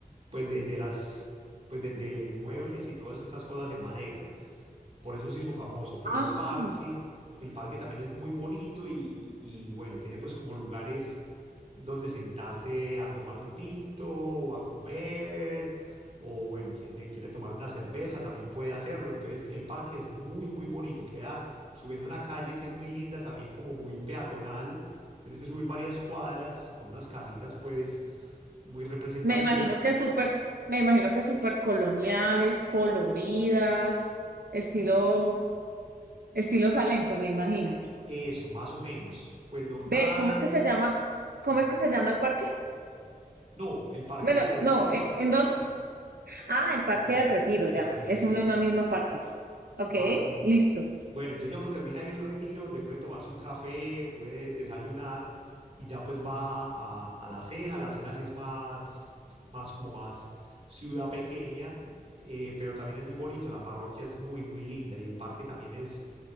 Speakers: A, on the right; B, on the right.
A: pues de, de las, pues de, de muebles y todas estas cosas en madera por eso se hizo famoso, pero
B: Ah,
A: el parque, el parque también es muy bonito y, y bueno, tiene pues como lugares donde sentarse a tomar un tinto o a comer, o bueno, quien se quiere tomar una cerveza también puede hacerlo, entonces el parque es muy, muy bonito, queda subiendo una calle que es muy linda, también como muy peatonal, tienes que subir varias cuadras con unas casitas pues muy representativas,
B: me imagino que súper, me imagino que súper coloniales, coloridas, estilo, estilo Salento, me imagino.
A: eso, más o menos, pues no
B: Ve,
A: tan...
B: ¿cómo es que se llama?
A: Sí,
B: ¿Cómo es que se llama el parque?
A: No, el Parque
B: Bueno,
A: del Retiro,
B: no,
A: el
B: eh,
A: Parque,
B: ¿en dónde?
A: sí,
B: Ah,
A: el,
B: el Parque
A: re-
B: del Retiro,
A: el
B: ya.
A: Retiro,
B: Es una,
A: el Retiro.
B: una misma parte. Ok,
A: Ajá.
B: listo.
A: Bueno, entonces ya uno termina ahí en el Retiro, donde puede tomarse un café, puede desayunar y ya pues baja a, a La Ceja. La Ceja sí es más, más como más ciudad pequeña, eh, pero también es muy bonito, la parroquia es muy, muy linda y el parque también es